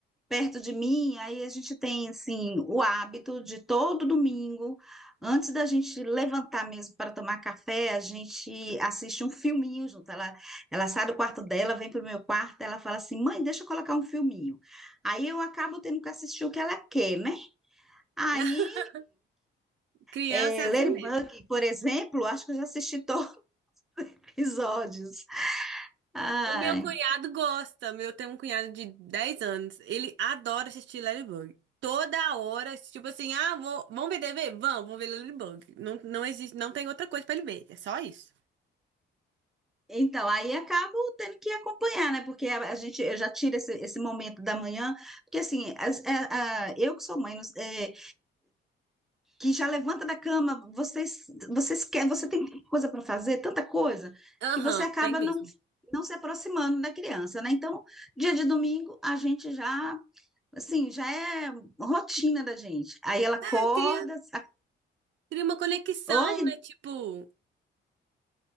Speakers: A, in the centre; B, on the right.
A: perto de mim, aí a gente tem assim o hábito de todo domingo, antes da gente levantar mesmo para tomar café, a gente assiste um filminho junto. Ela, ela sai do quarto dela, vem para o meu quarto, ela fala assim: "Mãe, deixa eu colocar um filminho". Aí eu acabo tendo que assistir o que ela quer, né? Aí,
B: <laughs> Criança
A: é,
B: é assim
A: Ladybug,
B: mesmo.
A: por exemplo, acho que eu já assisti <laughs> todos os episódios. Ai.
B: O meu cunhado gosta. Meu tem um cunhado de 10 anos. Ele adora assistir Ladybug. Toda hora, tipo assim, ah, vou, vamos ver TV? Vamos, vamos ver Ladybug. Não, não existe, não tem outra coisa pra ele ver. É só isso.
A: Então, aí acabo tendo que acompanhar, né? Porque a, a gente eu já tira esse, esse momento da manhã, porque assim, as- a- a- eu que sou mãe, não- é, que já levanta da cama, vocês, vocês quer, você tem tanta coisa para fazer, tanta coisa,
B: Aham,
A: que você acaba
B: tem mesmo.
A: não, não se aproximando da criança, né? Então, dia de domingo, a gente já, assim, já é rotina da gente. Aí ela acorda,
B: Ah, cria,
A: a-
B: cria uma conexão,
A: Oi,
B: né? Tipo,